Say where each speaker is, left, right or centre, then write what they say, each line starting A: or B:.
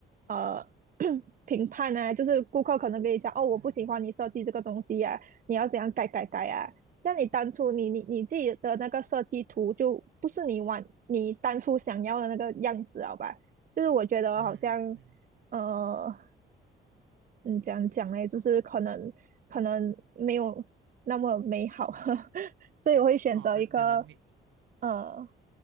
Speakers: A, on the right; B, on the right.
A: 呃 <coughs> <clears throat> 评判呢，就是顾客可能跟你讲，哦，我不喜欢你设计这个东西呀、
B: 嗯嗯
A: 你要怎样改改改啊。像你当初你你你自己的那个设计图就不是你 w 你当初想要的那个样子，好吧？就是我觉得好像，
B: 嗯嗯嗯，
A: 呃，
B: 对的。
A: 嗯，怎样讲嘞？就是可能可能没有那么美好，<laughs> 所以我会选择一个
B: 哦，可可能你
A: 呃，